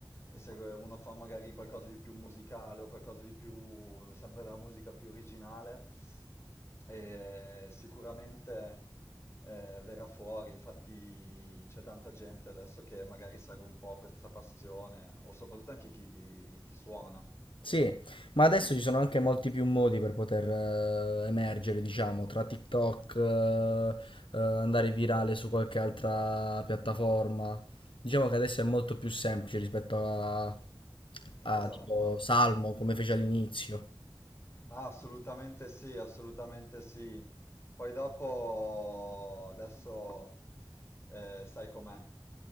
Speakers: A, on the left; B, on the left.
A: se uno fa magari qualcosa di più musicale o qualcosa di più, sempre della musica più originale, e sicuramente eh, verrà fuori, infatti c'è tanta gente adesso che magari segue un po' questa passione, o soprattutto anche chi, chi suona.
B: Sì, ma adesso ci sono anche molti più modi per poter eh, emergere, diciamo, tra TikTok, eh, eh, andare virale su qualche altra piattaforma. Diciamo che adesso è molto più semplice rispetto a, a
A: Esatto.
B: tipo Salmo, come fece all'inizio.
A: Ah, assolutamente sì, assolutamente sì. Poi dopo, adesso eh, sai com'è,